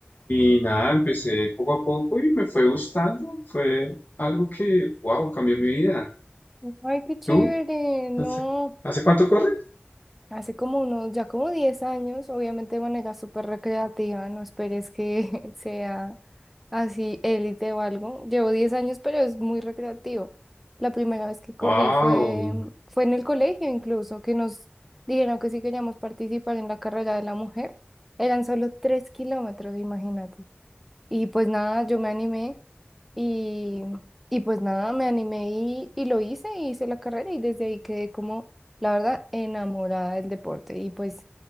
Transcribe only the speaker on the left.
Y nada, empecé poco a poco y me fue gustando, fue algo que, wow, cambió mi vida.
¿Tú?
¿Hace, hace cuánto corres?
Wow.